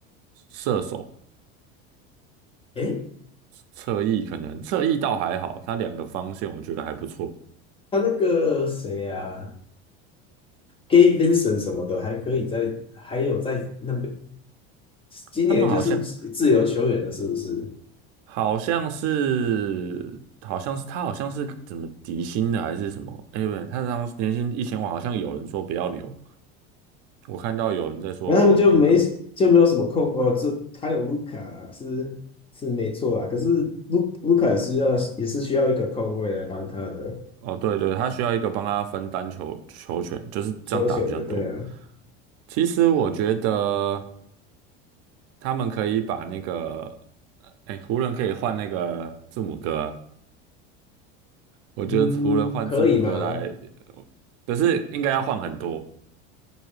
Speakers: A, on the right; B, on the left.
A: 射手
B: 诶，
A: 侧翼可能侧翼倒还好，他两个方向我觉得还不错。
B: 他那个谁啊，Gabe Vincent 什么的还可以在，还有在那边，今年就是自由球员了，
A: 他们好像
B: 是不是？
A: 好像是好像是他好像是怎么底薪的还是什么？哎，喂，他当时年薪一千万，好像有人说不要留。我看到有人在说，
B: 然后他们就没就没有什么空哦，
A: 呃，
B: 这他有卢卡是是没错啊，可是卢卢卡也是要也是需要一个空位来帮他的
A: 哦，对对，他需要一个帮他分担球球权，就是这样打比较多。
B: 球权的，对啊，
A: 其实我觉得他们可以把那个，哎，湖人可以换那个字母哥啊，我觉得湖人换字母哥来，
B: 嗯，可以吗？
A: 呃可是应该要换很多，